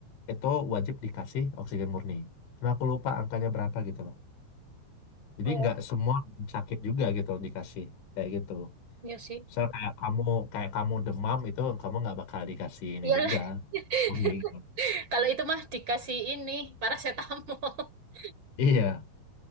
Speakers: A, on the left; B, on the right.
A: itu wajib dikasih oksigen murni. Cuma aku lupa angkanya berapa gitu loh. Jadi
B: Oh,
A: nggak semua orang sakit juga gitu loh dikasih kayak gitu.
B: iya sih.
A: Misal kayak kamu kayak kamu demam itu kamu nggak bakal dikasih ini
B: Iyalah.
A: juga
B: <laughs>
A: murni. gitu.
B: Kalau itu mah dikasih ini parasetamol. <laughs>
A: Iya,